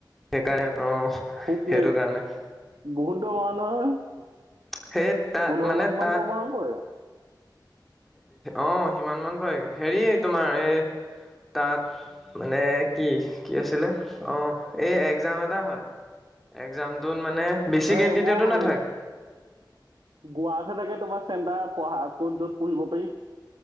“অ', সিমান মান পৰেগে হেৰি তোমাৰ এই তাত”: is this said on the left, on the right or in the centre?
Centre